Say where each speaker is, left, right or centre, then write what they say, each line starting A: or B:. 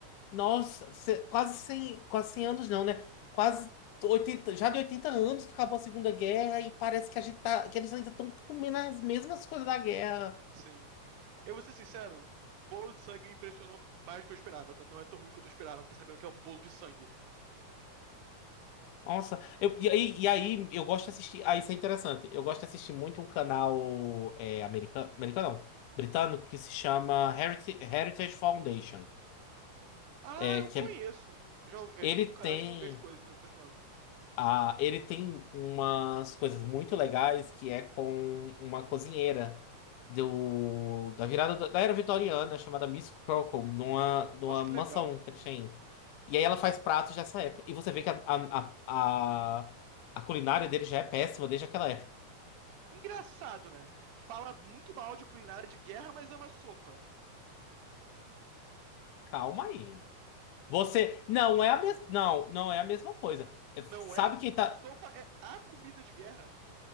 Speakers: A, on the left (about 80°); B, on the right (about 80°).
A: Nossa, cê- quase 100, quase 100 anos não, né? Quase 80 já de 80 anos que acabou a Segunda Guerra e parece que a gente tá, que eles ainda estão comendo as mesmas coisas da guerra.
B: Sim. Eu vou ser sincero, bolo de sangue me impressionou mais do que eu esperava, tá? Não é tão ruim quanto eu esperava, sabendo que é um bolo de sangue.
A: Nossa, eu- e aí, e aí eu gosto de assistir. Ah, isso é interessante. Eu gosto de assistir muito um canal é, americano, americano não, britânico que se chama Heritage, Heritage Foundation.
B: Ah,
A: É,
B: eu conheço.
A: que é-
B: Já ouvi, eu,
A: ele
B: tipo, nunca
A: tem.
B: acho que não vejo coisas, mas eu conheço o nome.
A: Ah, ele tem umas coisas muito legais que é com uma cozinheira do, da virada da, da era vitoriana chamada Miss Crockle, numa, numa
B: Nossa, que
A: mansão
B: legal.
A: que eles têm. E aí ela faz pratos dessa época. E você vê que a, a, a, a a culinária dele já é péssima desde aquela época.
B: Engraçado, né? Fala muito mal de culinária de guerra, mas ama sopa.
A: Calma aí. Você. Não é a mesma. Não, não é a mesma coisa. É, Sabe
B: Não é?
A: quem tá.
B: Sopa é a comida de guerra.